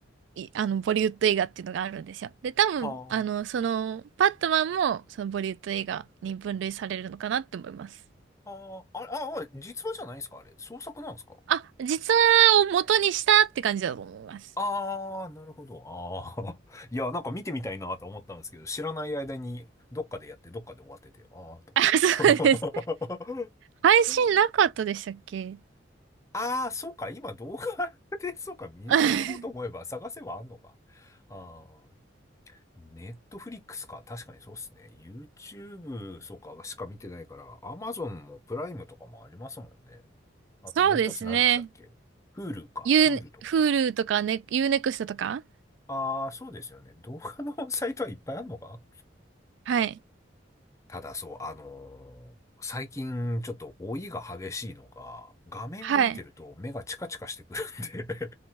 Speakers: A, on the right (about 70°); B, on the left (about 15°).
A: いあの、ボリウッド映画っていうのがあるんですよ。で、多分、
B: あ、はあ。
A: あの、その、バットマンも、そのボリウッド映画に分類されるのかなって思います。
B: はあ、ああれ、ああ、実話じゃないんですかあれ。創作なんですか
A: あ、実話を元にしたって感じだと思います。
B: ああー、なるほど。ああ。<laughs> いや、なんか見てみたいなと思ったんですけど、知らない間にどっかでやって、どっかで終わってて、ああ、と思
A: あ、そうです。
B: って。<laughs>
A: 配信なかったでしたっけ
B: ああ、そうか、今動画で、<laughs> そうか、見れ、
A: <laughs>
B: 見ようと思えば探せばあんのか。ああ、ネットフリックスか。確かにそうっすね。YouTube、そうか、しか見てないから、Amazon もプライムとかもありますもんね。あともう一つ何でしたっけ
A: そうですね。
B: ?Hulu か。
A: U、
B: Hulu とかも。
A: Hulu とか、ね、U-NEXT とか
B: ああ、そうですよね。動画のサイトはいっぱいあるのか
A: はい。
B: ただそう、あのー最近ちょっと老いが激しいのが、画面を見てると目がチカチカしてくるんで
A: はい。